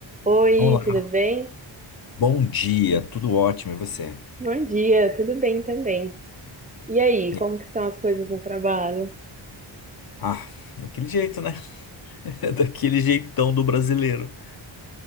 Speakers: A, on the right; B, on the left.
A: Oi,
B: Olá,
A: tudo bem?
B: bom dia, tudo ótimo, e você?
A: Bom dia, tudo bem também. E aí,
B: E-
A: como que estão as coisas no trabalho?
B: Ah, daquele jeito, né? <laughs> Daquele jeitão do brasileiro.